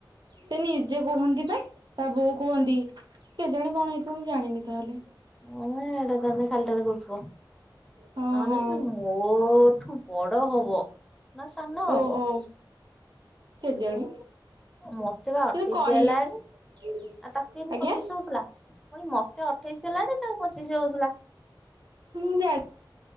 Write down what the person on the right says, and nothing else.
ସେ ନିଜେ କୁହନ୍ତି ବା ତା ବୋଉ କୁହନ୍ତି କେ ଜାଣେ କଣ ହେଇଥିବ ମୁଁ ଜାଣିନି ତାହେଲେ
ହଁ
ହଁ
ଓହୋ କେଜାଣି
ସେ
କହି-
ଆଜ୍ଞା
ମୁଁ ଯା